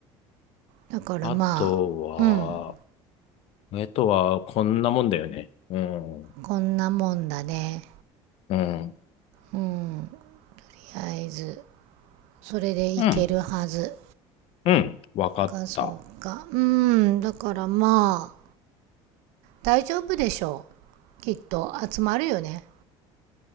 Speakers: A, on the right; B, on the left.
A: だからまあ、
B: あとは、
A: うん、
B: えっとは、こんなもんだよね。うん、うん、
A: こんなもんだね。
B: う
A: うん、とりあえず、それでいけるはず。
B: ん、うん、わかった。
A: かそうかうーんだからまあ大丈夫でしょうきっと集まるよね